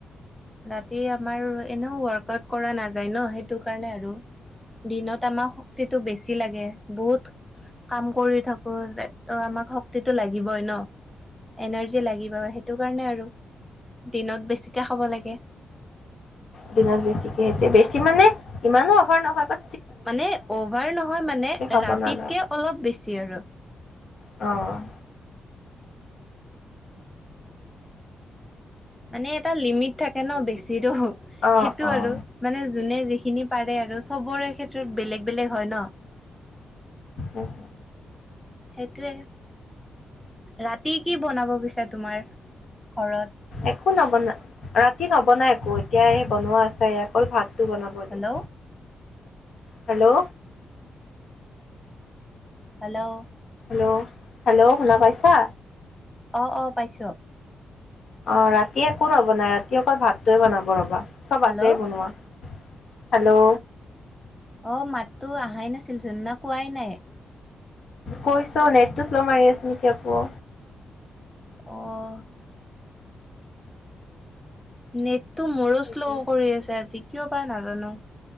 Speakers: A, in the centre; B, on the left.
A: ৰাতি আমাৰ এনেও ৱৰ্কআউট কৰা নাযায় ন সেইটো কাৰণে আৰু দিনত আমাক শক্তিটো বেছি লাগে বহুত কাম কৰি থাকো আমাক শক্তিটো লাগিবই ন। এনাৰ্জি লাগিব সেইটো কাৰণে আৰু দিনত বেছিকে হ' লাগে। <unintelligible>
B: দিনত বেছিকে এতিয়া বেছি মানে ইমানো অহাৰ নহয় বা
A: মানে অভাৰ নহয় মানে
B: খাব
A: ৰাতিতকে
B: নালাগে।
A: অলপ বেছি আৰু।
B: অঁ',
A: মানে এটা লিমিট থাকে ন বেছি <unintelligible> হওক
B: অ
A: সেইটো
B: অ।
A: আৰু মানে যোনে যিখিনি পাৰে আৰু চবৰে ক্ষেত্ৰত বেলেগ বেলেগ হয় ন।
B: উম।
A: সেইটোৱে ৰাতি কি বনাব গৈছা তোমাৰ। ঘৰত
B: একো নবনাই ৰা ৰাতি নবনায় একো এতিয়া বনোৱা আছে অকল ভাত টো বনাব দিয়ে।
A: Hello
B: hello
A: hello
B: hello hello শুনা পাইছা।
A: অ অ পাইছো।
B: অ ৰাতি একো নবনাই ৰাতি অকল ভাতটো হে বনাব। চব
A: হেল্ল'
B: আছে বনোৱা। হেল্ল'
A: অ মাততো অহাই নাছিল জোননা কোৱাই নাই
B: কৈছো নেটটো শ্ল' মাৰি আছে নেকি আকৌ
A: অ' নে তো মোৰো
B: সেইটোৱে
A: শ্ল' কৰি আছে আজি কিয় পায় নাজানো